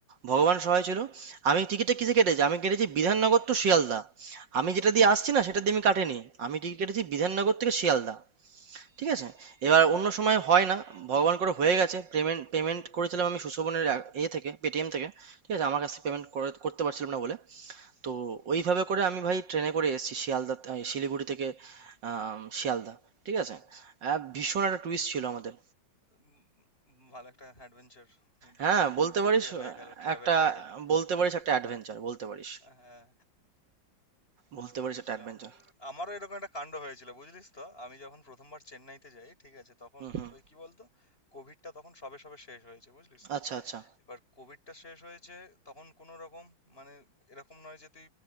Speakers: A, on the right; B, on the left.
A: ভগবান
B: যা-
A: সহায় ছিল আমি টিকিটটা কিসে কেটেছি আমি কেটেছি বিধাননগর টু শিয়ালদা আমি যেটা দিয়ে আসছি না সেটা দিয়ে আমি কাটিনি আমি টিকিট কেটেছি বিধাননগর থেকে শিয়ালদা ঠিক আছে? এবার অন্য সময় হয় না। ভগবান করে হয়ে গেছে। পেমেন্ট পেমেন্ট করেছিলাম আমি সুশোভনের অ্যা ইয়ে থেকে পেটিএম থেকে। ঠিক আছে? আমার কাছ থেকে পেমেন্ট করে করতে পারছিলাম না বলে। তো ওইভাবে করে আমি ভাই ট্রেনে করে এসেছি শিয়ালদা আ শিলিগুড়ি থেকে আম শিয়ালদা। ঠিক আছে? অ্যা ভীষণ একটা টুইস্ট ছিল আমাদের।
B: উম, উম, ভালো একটা অ্যাডভেঞ্চার
A: হ্যাঁ,
B: মানে
A: বলতে পারিস
B: এ হয়ে
A: অ্যা
B: গেল ট্রাভেল
A: একটা
B: হয়ে গেল
A: বলতে পারিস একটা অ্যাডভেঞ্চার বলতে পারিস।
B: হ্যাঁ
A: বলতে পারিস
B: বুঝলাম
A: একটা অ্যাডভেঞ্চার।
B: আমারও এরকম একটা কাণ্ড হয়েছিল বুঝলিস তো আমি যখন প্রথমবার চেন্নাইতে যাই ঠিক আছে তখন
A: হুম, হুম।
B: ওই কি বলতো কোভিডটা তখন সবে সবে শেষ হয়েছে বুঝলিস তো
A: আচ্ছা, আচ্ছা,
B: এবার কোভিডটা শেষ হয়েছে তখন কোনো রকম মানে এরকম নয় যে তুই